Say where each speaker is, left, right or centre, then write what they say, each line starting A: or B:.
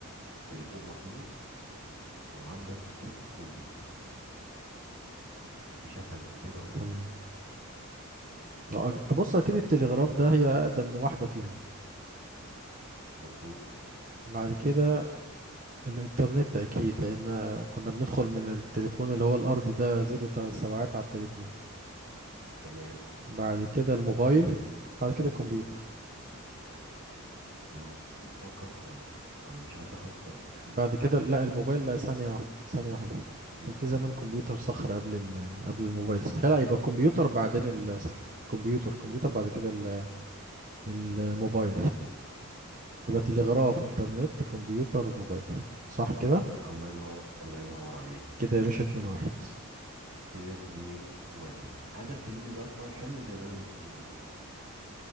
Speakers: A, on the right; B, on the right.
A: تليفون محمول وعندك كمبيوتر مفيش أسهل من كده أهو
B: تمام لو أج... بص أكيد التلغراف ده هي أقدم واحدة فيهم
A: مظبوط
B: بعد كده الإنترنت أكيد لأن كنا بندخل من التليفون اللي هو الأرضي ده زيرو تلات سبعات على التليفون
A: تمام
B: بعد كده الموبايل بعد كده الكمبيوتر
A: الم- فكر كويس أنا مش عايز أخسرك
B: بعد كده لا الموبايل لا ثانية واحدة ثانية واحدة
A: م-
B: كان في زمان كمبيوتر صخر قبل ال... قبل الموبايل صح لا يبقى الكمبيوتر بعدين ال... صح الكمبيوتر الكمبيوتر بعد كده ال... الموبايل
A: مظبوط
B: يبقى تلغراف
A: صح
B: انترنت
A: كده
B: كمبيوتر موبايل صح كده
A: الله ينور الله ينور عليك
B: كده يا باشا اتنين واحد
A: كده اتنين واحد عايزك تجيب لي بقى سؤال حلو زي اللي أنا جبته لك ده